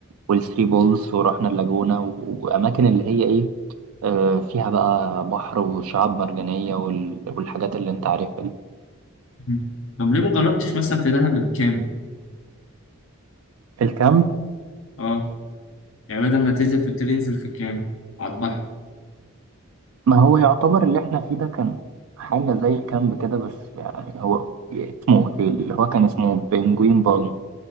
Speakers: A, on the right; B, on the left.
A: والثري بولز ورحنا اللاجونة و- وأماكن اللي هي إيه آه، فيها بقى بحر وشعاب مرجانية وال- والحاجات اللي أنت عارفها دي
B: <laughs> طب ليه ما جربتش مثلا في دهب الكامب
A: الكامب
B: اه يعني بدل ما تنزل في التل انزل في الكامب على البحر
A: ما هو يعتبر اللي إحنا فيه ده كان حاجة زي الكامب كده بس يعني هو اسمه أوتيل اللي هو كان اسمه بنجوين بالم